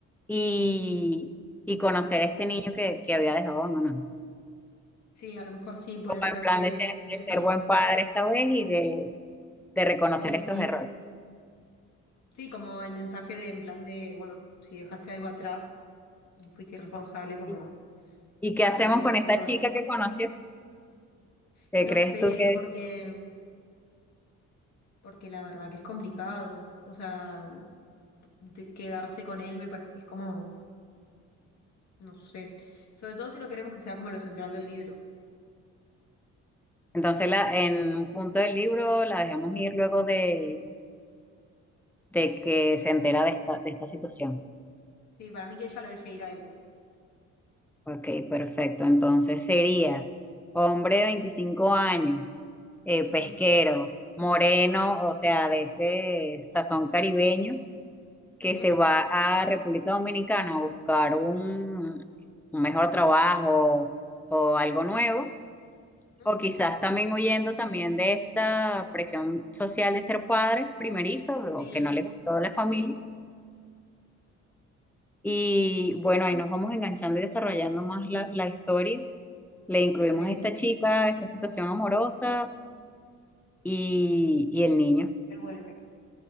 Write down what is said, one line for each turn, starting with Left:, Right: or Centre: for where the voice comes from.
Centre: y, y conocer
Left: Mm.
Centre: a este niño que, que había dejado abandonado.
Left: Sí, a lo mejor sí, puede
Centre: Como
Left: ser
Centre: en plan
Left: que,
Centre: de ser,
Left: que esté interesante.
Centre: de ser buen padre esta vez y de, de reconocer
Left: Sí, sí,
Centre: estos errores.
Left: sí, como el mensaje de en plan de, bueno, si dejaste algo atrás y fuiste irresponsable, como
Centre: ¿Y, y qué hacemos
Left: arreglar esos
Centre: con esta
Left: errores.
Centre: chica que conoció? ¿Qué
Left: Y no
Centre: crees
Left: sé,
Centre: tú que...
Left: porque, porque la verdad que es complicado, o sea, de quedarse con él me parece que es como No sé. Sobre todo si no queremos que sea como lo central del libro.
Centre: Entonces la, en un punto del libro la dejamos ir luego de, de que se entera de esta, de esta situación.
Left: Sí, para mí que ella lo deje ir a él.
Centre: Ok, perfecto. Entonces sería hombre de 25 años, eh,
Left: Ujú,
Centre: pesquero, moreno, o sea, de ese sazón caribeño, que
Left: ujú,
Centre: se va a República Dominicana a buscar un, un mejor trabajo o algo nuevo,
Left: ujú.
Centre: o quizás también huyendo también de esta presión social de ser padre primerizo,
Left: Sí,
Centre: o que no le gustó la familia Y bueno, ahí nos vamos enganchando y desarrollando más la, la historia. Le incluimos
Left: ok. Y
Centre: a esta chica, esta situación amorosa y, y el niño.
Left: él vuelve.